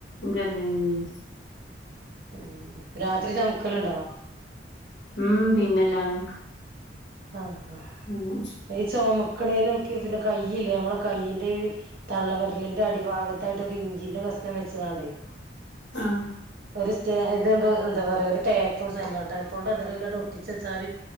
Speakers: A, on the left; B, on the right.
A: ഇതന്നെഞ്ഞി
B: ഉം രാത്രി ചോമക്കലുണ്ടോ?
A: ഉം പിന്നല്ലതെ.
B: ആഹ്
A: ആഹ്.
B: ഇചൊമക്ണിലോക്കെ ഇതിന്റെ കയ്യില്ലേ അമ്മളെ കയ്യിന്റെ തള്ളവര് ലിന്റെ അടിഭാഗത് തായിട്ട് ഒരു ഇഞ്ചിന്റെ കഷ്ണം വെച്ച്കാണ്ടേ
A: ആഹ്
B: ഒര് സ്റ്റെഎ ഇത്‌ന്തോ എന്താ പറയാ ഒരു ടേപ്പ് ഒര് സെല്ലോടെപ്പോൺണ്ട് നല്ലതിലാണ്ട് ഒട്ടിച്ച് ച്ചാല്